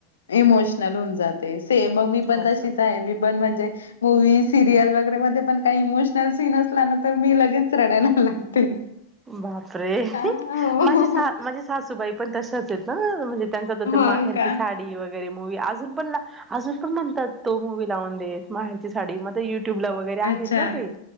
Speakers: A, on the left; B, on the right.
A: इमोशनल हून जाते सेम म मी पण.
B: असं
A: तशीच आहे मी पण म्हणजे मूवी, सिरियल वगैरे मध्ये पण काही इमोशनल सीन असला ना, तर मी लगेच रडायला लागते.
B: बापरे,
A: आ, हो
B: माझी सा माझी सासूबाई पण तशाच आहेत हं म्हणजे त्यांचं त
A: हो
B: तो माहेरची
A: का
B: साडी वगैरे मूवी, अजून पण अजून पण म्हणतात. मूवी लावून दे माहेरची साडी मग यु यूट्यूब ला वगैरे आहेत
A: अच्छा.
B: ना, ते